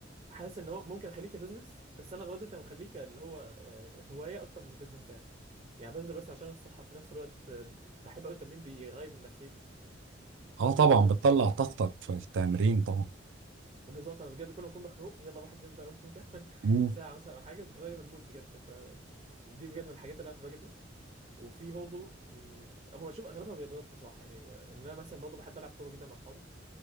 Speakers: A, on the right; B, on the right.
A: حاسس ان هو ممكن اخليه كبزنس بس انا غدوة انا مخليه اللي هو آه، هوايه اكتر من بزنس يعني يعني بنزل بس عشان الصحه في نفس الوقت آه، بحب قوي التمرين بيغير من نفسيتي
B: اه
A: وبالظبط
B: طبعا بتطلع طاقتك في التمرين طبعا
A: انا بجد كل ما اكون مخنوق يلا بروح الجيم بقى وارجع <laughs>
B: مم.
A: ساعه مثلا او حاجه بتغير المود بجد ف دي بجد من الحاجات اللي انا بحبها جدا وفي برضه إن- هو شوف اغلبها رياضات بصراحه يعني آه، ان انا مثلا برضه بحب العب كوره جدا مع اصحابي